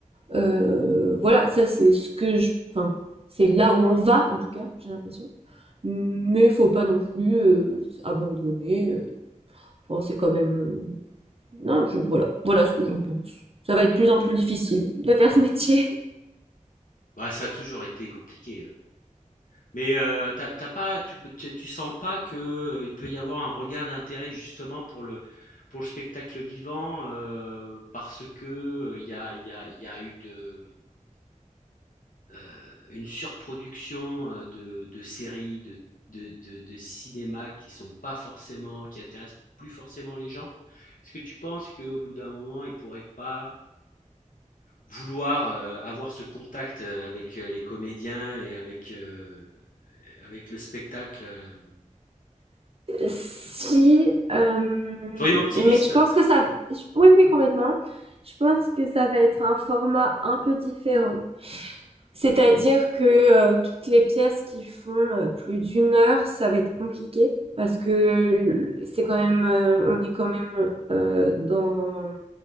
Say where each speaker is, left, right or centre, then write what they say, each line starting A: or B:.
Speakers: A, on the right; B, on the left.
A: euh, voilà, ça c'est ce que je, enfin, c'est là où on va en tout cas, j'ai l'impression. Mais faut pas non plus euh, abandonner. euh, Enfin, c'est quand même, euh, non, je voilà, voilà ce que j'en pense. Ça va être de plus en plus difficile de faire ce métier.
B: Bah, ça a toujours été compliqué, Mais euh, t'as t'as pas, tu, peux- tu, tu sens pas que, euh, il peut y avoir un regain d'intérêt justement pour le, pour le spectacle vivant euh, parce que euh, il y a, il y a, il y a eu de, euh, une surproduction euh, de, de séries, de, de, de, de cinéma qui sont pas forcément, qui intéressent plus forcément les gens. Est-ce que tu penses qu'au bout d'un moment, ils pourraient pas vouloir euh, avoir ce contact euh, avec euh, les comédiens et avec, euh, avec le spectacle? euh,
A: Si, euh,
B: Soyons optimistes?
A: mais je pense que ça, oui, oui, complètement. Je pense que ça va être un format un peu différent. C'est-à-dire que euh, toutes les pièces qui font euh, plus d'une heure, ça va être compliqué parce que c'est quand même, euh, on est quand même euh, dans